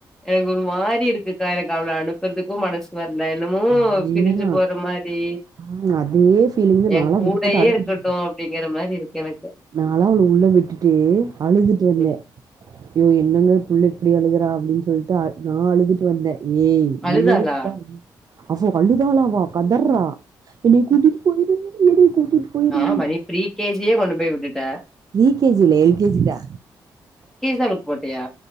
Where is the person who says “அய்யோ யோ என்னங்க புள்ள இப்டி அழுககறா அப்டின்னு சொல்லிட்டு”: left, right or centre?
Right